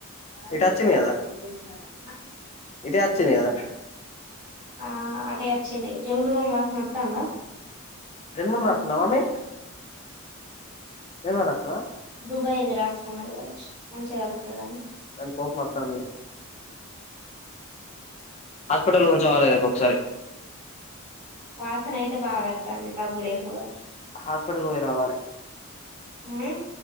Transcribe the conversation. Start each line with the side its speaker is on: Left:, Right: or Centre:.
Right: కాదు
Left: ఇటు
Right: ఇయళ
Left: వచ్చింది
Right: గురువారం కదా బువ్వ తింటారంట
Left: ఇటే వచ్చింది
Right: బువ్వ తింటారంట
Left: కదా
Right: ఆ అటే వచ్చింది జముడు బామ్ వాసన వస్తందా
Left: జన్మం రాస్తున్నావా మమ్మీ ఏమో రాసినావ
Right: దుబాయ్ ఇది రాసుకున్నా కావచ్చు మంచిగా తగ్గుతది అని
Left: అని కోప మొత్తంది హాస్పిటల్లో ఉంచవాలి రేపు ఒకసారి
Right: వాసన అయితే బాగా వత్తంది తగ్గుడు ఏమో గాని
Left: హాస్పిటల్ పోయి రావాలి
Right: ఉమ్